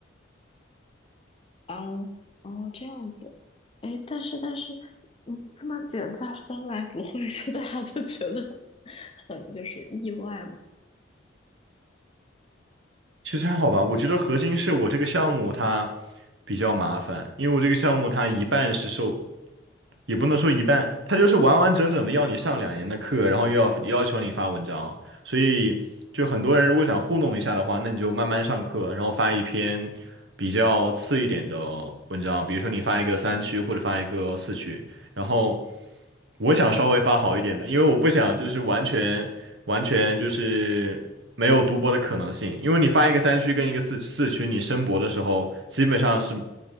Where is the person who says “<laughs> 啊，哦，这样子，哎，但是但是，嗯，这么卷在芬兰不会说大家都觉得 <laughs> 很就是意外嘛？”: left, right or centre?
Left